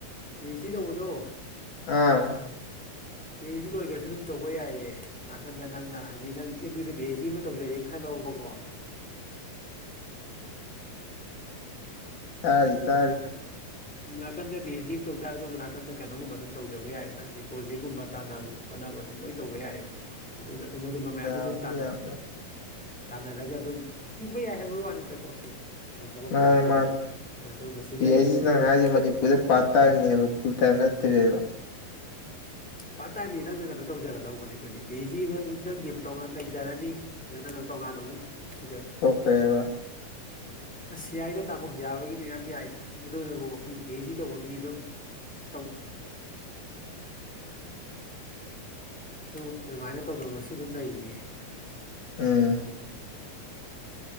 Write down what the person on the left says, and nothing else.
ꯑꯥ
ꯇꯥꯔꯤ ꯇꯥꯔꯤ
<inaudible>
ꯌꯥꯕꯨꯗꯤ
ꯌꯥꯝ
ꯃꯥꯅꯤ
ꯃꯥꯅꯤ
ꯄꯤ
ꯑꯩꯆ
ꯅꯪ
ꯍꯥꯏꯁꯦ ꯃꯅꯤꯄꯨꯔꯗ ꯄꯥꯔꯠ ꯇꯥꯏꯝꯅꯦꯕ ꯐꯨꯜ ꯇꯥꯏꯝ ꯅꯠꯇ꯭ꯔꯦꯕ
ꯀꯔꯤ ꯍꯥꯏꯕ
ꯑꯥ